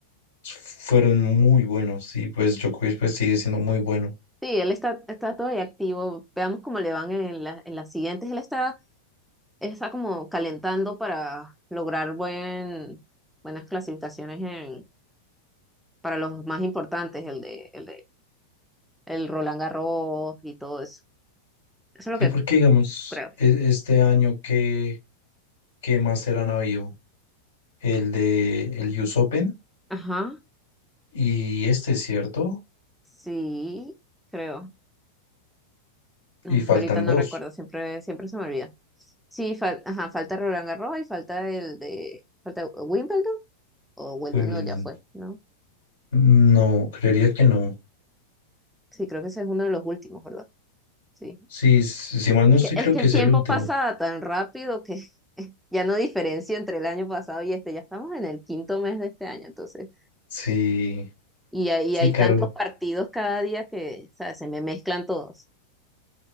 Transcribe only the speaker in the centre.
Sí, él está, está todavía activo. Veamos cómo le van en, la- en las siguientes. Él está, está como calentando para lograr buen, buenas clasificaciones en, para los más importantes, el de, el de el Roland Garros y todo eso. Eso es lo
que
creo.
Ajá.
Sí, creo. Ah,
Ahorita no
recuerdo, siempre, siempre se me olvida. Sí, fal- ajá, falta Roland Garros y falta el de, falta Wimbledon o Wimbledon
no, ya fue, ¿no?
Sí, creo que ese es uno de los últimos, ¿verdad? Sí.
Es
que, es
que
el
tiempo
pasa tan rápido que <laughs> ya no diferencio entre el año pasado y este, ya estamos en el quinto mes de este año, entonces,
y hay,
hay
tantos partidos cada día que, o sea, se me mezclan todos.